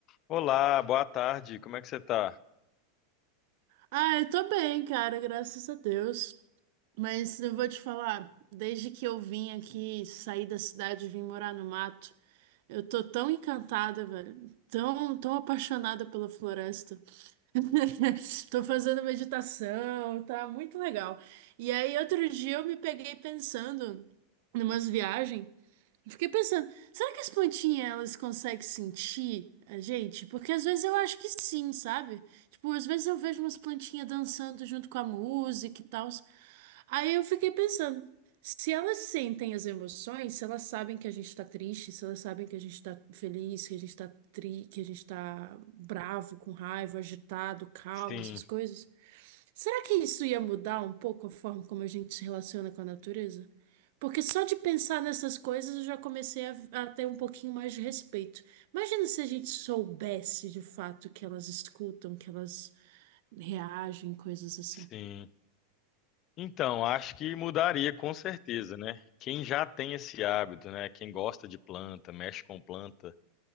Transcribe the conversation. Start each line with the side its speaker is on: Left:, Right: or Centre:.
Left: Olá, boa tarde, como é que você tá?
Right: Ah, eu tô bem, cara, graças a Deus. Mas eu vou te falar, desde que eu vim aqui, saí da cidade e vim morar no mato, eu tô tão encantada, velho, tão, tão apaixonada pela floresta. <laughs> Tô fazendo meditação, tá muito legal. E aí, outro dia eu me peguei pensando numas viagens. E fiquei pensando, será que as plantinhas elas conseguem sentir a gente? Porque às vezes eu acho que sim, sabe? Tipo, às vezes eu vejo umas plantinhas dançando junto com a música e tal. Aí eu fiquei pensando, se elas sentem as emoções, se elas sabem que a gente tá triste, se elas sabem que a gente tá feliz, que a gente tá tri, que a gente tá bravo, com raiva, agitado, calmo,
Left: Sim,
Right: essas coisas. Será que isso ia mudar um pouco a forma como a gente se relaciona com a natureza? Porque só de pensar nessas coisas eu já comecei a, a ter um pouquinho mais de respeito. Imagina se a gente soubesse de fato que elas escutam, que elas reagem, coisas assim.
Left: sim. Então, acho que mudaria com certeza, né? Quem já tem esse hábito, né? Quem gosta de planta, mexe com planta,